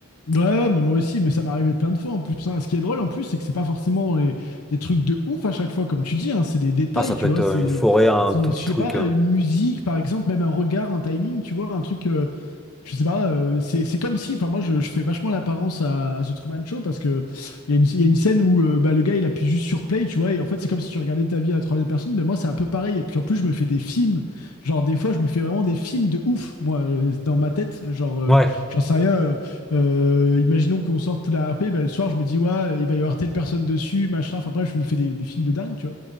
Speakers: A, on the left; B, in the centre.
A: Ouais, mais moi aussi, mais ça m'est arrivé plein de fois en plus. hein. Ce qui est drôle en plus, c'est que c'est pas forcément euh, des trucs de ouf à chaque fois, comme tu dis, hein. c'est des détails,
B: Ah, ça
A: tu
B: peut être
A: vois.
B: euh,
A: C'est,
B: une
A: des-
B: forêt, un
A: c'est,
B: tout petit
A: je sais
B: truc.
A: pas,
B: euh.
A: une musique, par exemple, même un regard, un timing, tu vois, un truc. euh, je sais pas, euh, c'est c'est comme si, enfin moi je, je fais vachement l'apparence à, à The Truman Show parce que il y, a une- il y a une scène où euh, bah, le gars il appuie juste sur play, tu vois, et en fait c'est comme si tu regardais ta vie à la troisième personne, mais moi c'est un peu pareil. Et puis en plus je me fais des films, genre des fois je me fais vraiment des films de ouf, moi euh, dans ma tête, genre euh,
B: Ouais,
A: j'en sais rien. euh, euh, imaginons qu'on sorte pour la RP, bah, le soir je me dis ouais il va y avoir telle personne dessus, machin. Enfin bref je me fais des, des films de dingue, tu vois.